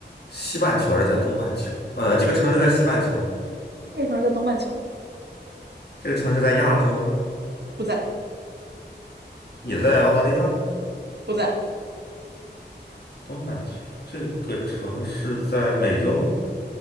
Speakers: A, on the left; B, on the right.
A: 西半球还是在东半球？呃，这个城市在西半球吗？
B: 这个城市在东半球，
A: 这个城市在亚洲吗？
B: 不在，
A: 也在澳大利亚
B: 不在，
A: 东半球。这个城市在美洲吗？